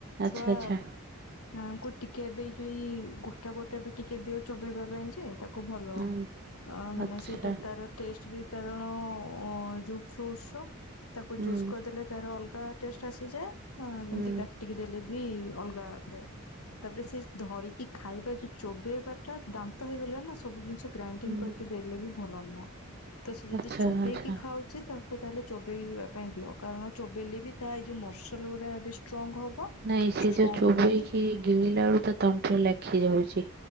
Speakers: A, on the right (about 45°); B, on the left (about 75°).
A: ଆଚ୍ଛା
B: ଛୁଆ
A: ଆଚ୍ଛା
B: ଆଙ୍କୁ ଟିକେ ଏବେଇ ଯୋଇ ଗୋଟା ଗୋଟା ବି ଟିକେ ଦିଅ ଚୋବେଇବା ପାଇଁ ଯେ ତା କୁ ଭଲ ଅ
A: ହୁଁ
B: ମାନେ
A: ଆଚ୍ଛା
B: ସେଇଟା ତାର ଟେଷ୍ଟ ବି କାରଣ ଯୋଉ ଫ୍ରୁଟ୍ସ ର ତାକୁ
A: ହୁଁ
B: ଜୁସ୍ କରିଦେଲେ ତାର ଅଲଗା ଟେଷ୍ଟ ଆସିଯାଏ <unintelligible>
A: ହୁଁ
B: ଏମିତି କା ଟିକିଏ ଦେଲେ ବି ଅଲଗା ଅ ଥାଏ। ତାପରେ ସେ ଧରିକି ଖାଇବା ଯୋଉ ଚୋବେଇବା ଟା ଦାନ୍ତ ହେଇଗଲା ନା ସବୁ ଜିନିଷ ଗ୍ରାଇଣ୍ଡିଙ୍ଗ
A: ହୁଁ
B: କରିକି ଦେଲେ ବି ଭଲ ନୁହଁ ତ ସେ ଯଦି
A: ଆଚ୍ଛା
B: ଚୋବେଇକି
A: ଆଚ୍ଛା
B: ଖାଉ ତାକୁ ତାହେଲେ ଚୋବେଇବା ପାଇଁ ଦିଅ କାରଣ ଚୋବେଇଲେ ବି ତା ଏଇ ଯୋଉ ମସ ରେ ଏବେ ଷ୍ଟ୍ରଙ୍ଗ ହବ
A: ନାଇଁ
B: ଷ୍ଟ୍ରଙ୍ଗ
A: ସେ ଯୋଉ ଚୋବେଇକି
B: ହେଲେ ବି
A: ଗିଳିଲା ବେଳୁ ତା ତଣ୍ଟି ଲାଖି ଯାଉଛି